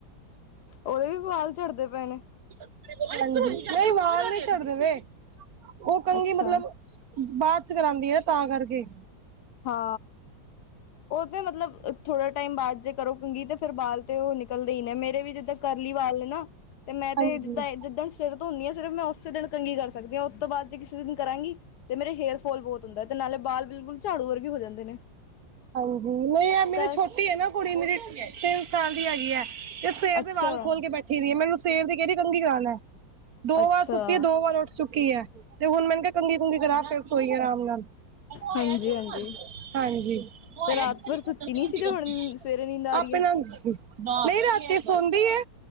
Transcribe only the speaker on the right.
<unintelligible> ਨਹੀਂ ਵਾਲ ਨ੍ਹੀਂ ਝੜਦੇ ਪਏ, ਉਹ ਕੰਘੀ
ਮਤਲਬ ਬਾਅਦ'ਚ ਕਰਾਂਦੀ ਏ ਨਾ, ਤਾਂ ਕਰਕੇ।
ਹਾਂਜੀ
ਹਾਂਜੀ, ਨਹੀਂ ਐ ਮੇਰੀ
ਛੋਟੀ ਐ ਨਾ ਕੁੜੀ ਮੇਰੀ, ਤਿੰਨ ਸਾਲ ਦੀ ਹੈਗੀ ਐ। ਤੇ ਸਵੇਰ
ਦੇ ਵਾਲ ਖੋਲਕੇ ਬੈਠੀ ਵੀ ਏ, ਮੈਨੂੰ ਸਵੇਰ ਦੀ ਕਹਿੰਦੀ ਕੰਘੀ ਕਰਾਲੈ। ਦੋ
ਵਾਰ ਸੁੱਤੀ ਐ, ਦੋ ਵਾਰ ਉੱਠ ਚੁੱਕੀ ਐ, ਤੇ ਹੁਣ ਮੈਂਨੁ ਕਿਹਾ ਕੰਘੀ-ਕੁੰਗੀ ਕਰਾ ਫਿਰ ਸੋਈਏ ਆਰਾਮ ਨਾਲ। <unintelligible>
ਹਾਂਜੀ। <unintelligible>
ਆਪਣੇ
ਨਾਲ <unintelligible> ਨਹੀਂ ਰਾਤੀ ਸੌਂਦੀ ਏ,